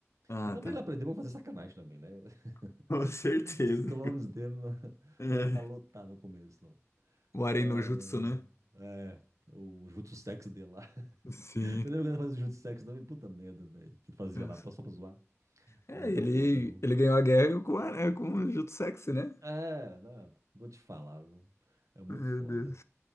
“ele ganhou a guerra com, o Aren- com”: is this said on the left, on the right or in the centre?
Left